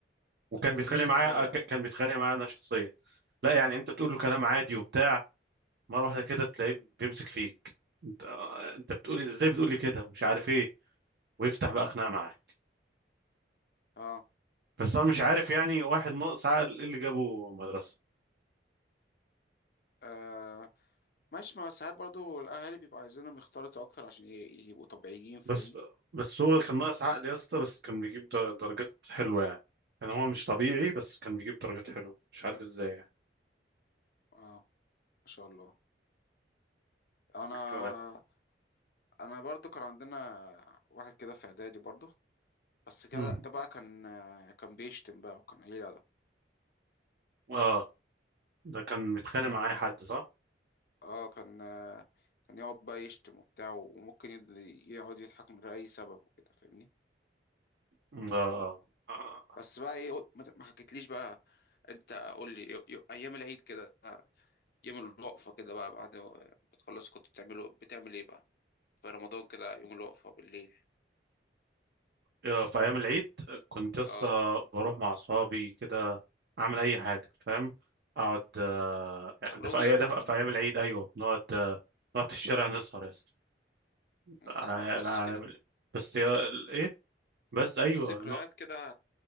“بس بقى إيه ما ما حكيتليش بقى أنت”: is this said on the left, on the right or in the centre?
Left